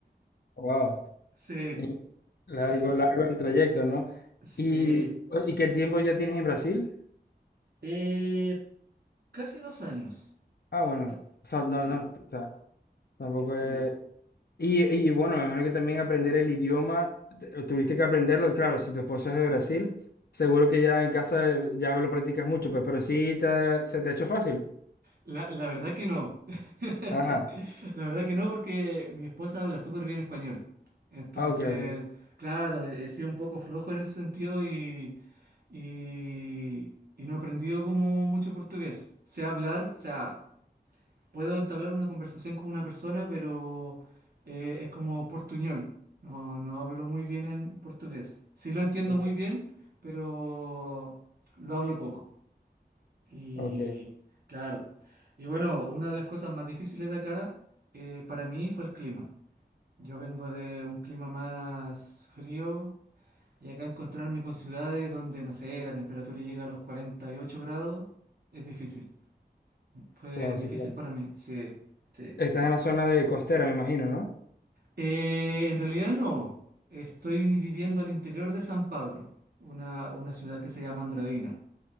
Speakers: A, on the left (about 65°); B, on the right (about 65°).
A: Wow.
B: Sí,
A: Y largo,
B: sí, fue un-
A: largo el trayecto, ¿no?
B: Sí,
A: ¿Y, y qué tiempo ya tienes en Brasil?
B: Eh, casi dos años.
A: Ah, bueno,
B: Ca-
A: o sea,
B: Sí,
A: no, no, o sea, tampoco
B: sí.
A: es... Y, y bueno, me imagino que también aprender el idioma, te- tuviste que aprenderlo, claro, si tu esposo es de Brasil, seguro que ya en casa eh, ya lo practicas mucho, pues, pero sí te- se te ha hecho fácil.
B: La, la verdad que no. <laughs>
A: Ah,
B: La verdad que no, porque mi esposa habla súper bien español. Entonces,
A: ah, ok, ok,
B: claro, he he sido un poco flojo en ese sentido y, y, y no he aprendido como mucho portugués. Sé hablar, o sea, puedo entablar una conversación con una persona, pero eh, es como portuñol. No, no hablo muy bien en portugués. Sí lo entiendo
A: ok,
B: muy bien, pero lo hablo poco. Y
A: ok,
B: claro. Y bueno, una de las cosas más difíciles de acá eh, para mí fue el clima. Yo vengo de un clima más frío y acá encontrarme con ciudades donde, no sé, la temperatura llega a los 48 grados es difícil. Fue
A: wow,
B: difícil
A: sí, claro.
B: para mí, sí, sí.
A: Estás en la zona de costera, me imagino, ¿no?
B: Eh, en realidad no. Estoy viviendo al interior de San Pablo, una, una ciudad que se llama Andradina.